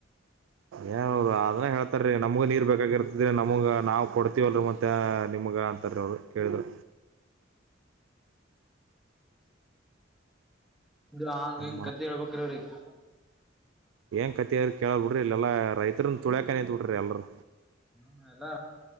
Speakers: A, on the right (about 80°); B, in the centre.
A: ಏ ಹದು ಆದ್ರೆ ಹೇಳ <unintelligible> ಸ ರೀ ನಮ್ಗು ನೀರು ಬೇಕಾಗಿರ್ತಿದೀ ನಮಗೆ, ನಾವು ಕೊಡ್ತೀವಲ್ರಿ ಮತ್ತನಿಮ್ಗ ಅಂತ ರೀ ಅವರು ಕೇಳಿದ್ರ.
B: <unintelligible> ಹಾಂಗ,
A: ಏನು
B: ಹಿಂಗ ಕಥಿಹೇಳ್ಬೇಕ್ರಿಅವ್ರಿಗೆ.
A: ಏನ್ ಕಥಿ ಕೇಳಿದ್ರುಕೇಳಲ್ ಬಿಡ್ರಿ ಇಲ್ಲಿ ಎಲ್ಲಾ ರೈತರನ್ ತುಳ್ಯಾಕ ನಿಂತ್ ಬಿಟ್ಟಿರಿ ಎಲ್ರೂ.
B: ಹ್ಮ ಎಲ್ಲ